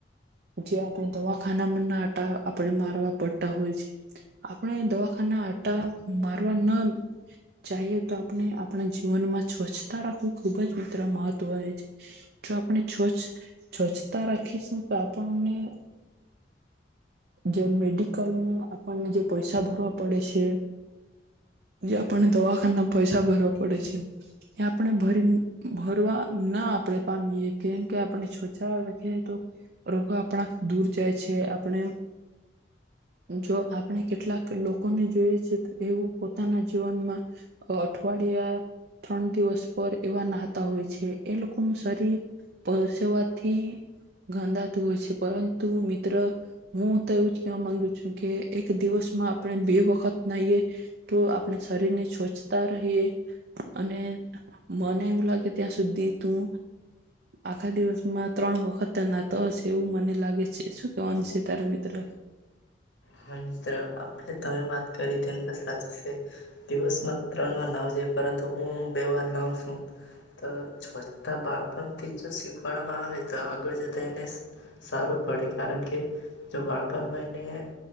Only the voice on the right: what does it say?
જે આપણે દવાખાનામાં ના આપણે મારવા પડતા હોય છે આપણે દવા ટા મારવા ન જઈએ તો આપણે આપણા જીવનમાં સ્વચ્છતા રાખવી ખુબ જ મિત્ર મહત્વ હો છે જો આપણે સ્વ્છ સ્વચ્છતા રાખીશું તો આપણને જે મેડિકલમાં આપણને જે પૈસા ભરવા પડે છે જે આપને દવાખા પૈસા ભરવા પડે છે આપણે ભરી ભરવા ના આપણે પામીએ કેમકે આપણે સ્્વચા તો રોગો આપણા દૂર જાય છે આપણે જો આપણે કેટલાક લોકો જો છે એવ પોતાના જીવનમાં અઠવાડિયા ત્રણ દિવસ પર એવા નાહતા હોય છે એ લોકોનુંું શરીર પરસેવાથી ગંદાતું હોય છે પરંતુ મિત્ર હું તો એવું જ કેવા માંગુ છું કે એક દિવસમાં પણ બે વખત ના એ તો આપણે શરીર ને સ્વચ્છતા રહીએ અને મને એવું લાગે ત્યાં સુધી તું આખા દિવસમાં ત્રણ વખત નાતો હશે એવું મને લાગે છે શું કેવાનું છે તારા મિત્ર